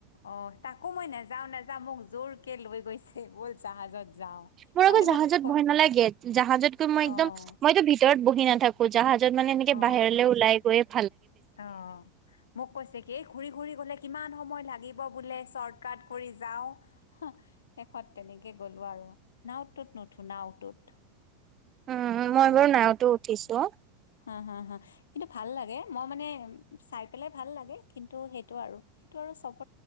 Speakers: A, on the left (about 85°); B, on the right (about 35°).
A: অ তাকো মই নাযাও নাযাও মোক জোৰ কেে লৈ গৈছে ব'ল জাহাজত যাওঁ।
B: মোৰ
A: তাৰমানে
B: আকৌ জাহাজত
A: মোক ক-
B: বহয় নালাগে জাহাজত গৈ
A: অ',
B: মই একদম মইতো ভিতৰত বহি নাথাকো জাহাজ ত মানে এনেকে
A: অ'।
B: বাহিৰলৈ ওলাই গৈে
A: অ মোক কৈছে কি এই ঘূৰি ঘূৰি গ'লে কিমান সময় লাগিব বোলে চৰ্ট কট কৰি যাও শেষত তেনেকে গ'লো আৰু নাওতত নুঠো নাওটোত
B: উম মই
A: তেনেকে
B: বাৰু নাৱতো উঠিছো
A: হা হা হা কিন্তু ভাল লাগে মই মানে চাই পেলাই ভাল লাগে কিন্তু সেইটো আৰু সেইটো আৰু চব